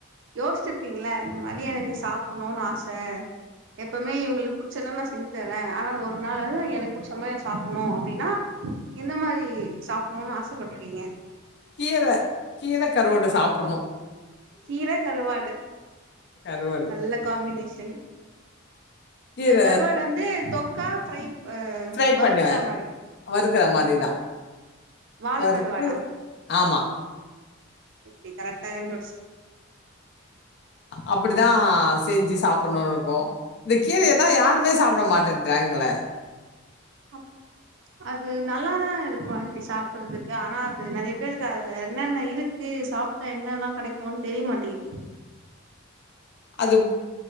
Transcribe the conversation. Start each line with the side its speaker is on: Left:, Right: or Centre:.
Right: யோஸ்ச்சிருப்பீங்கல்ல இந்த மாறி எனக்கு சாப்புணுனு ஆச எப்பவுமே இவுங்களுக்கு புடிச்சதல்லா நா செஞ்சு தர்ரே ஆனா ஒரு நாளாது எனக்கு புடிச்சமாறி நா சாப்புணு அப்டினா எந்த மாறி சாப்புணுனு ஆசப்பட்ருக்கீங்க
Left: கீர கீர கருவாடு சாப்புணு
Right: கீர கருவாடு
Left: கருவாடு.
Right: நல்ல காம்பினேஷன்
Left: கீர
Right: இந்த கருவாடு வந்து தொக்கா ஃப்ரை அ
Left: ஃப்ரை
Right: வருக்குறமாறி
Left: பண்ணுவேன். வறுக்கிற மாரி தான்.
Right: வாலக்கருவாடா
Left: வறுத்து ஆமா
Right: எப்டி கரெக்டா கண்டுபுடிச்
Left: அப்டிதா செஞ்சு சாப்புணுனு இருக்கூ இந்த கீரயதா யாருமே சாப்ட மாட்டன்றாங்களே
Right: அப் அது நல்ல தா இருக்கூ ஆண்டி சாப்புறதுக்கு ஆனா அது நறைய பேருக்கு அதுல என்னென்ன இருக்கு சாப் டா என்னெல்லா கெடைக்குன் தெரிய மாட்டேங்து
Left: அது